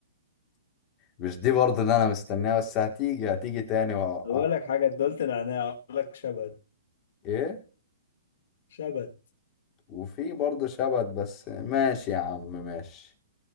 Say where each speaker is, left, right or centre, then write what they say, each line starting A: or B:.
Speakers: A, on the left (about 20°); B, on the left (about 55°).
A: مش دي برضه اللي انا مستناها بس هتيجي هتيجي تاني وهوقع
B: بقول لك حاجة أنت قلت نعناع أقول لك شبت
A: ايه
B: شبت
A: وفي برضه شبت بس ماشي يا عم ماشي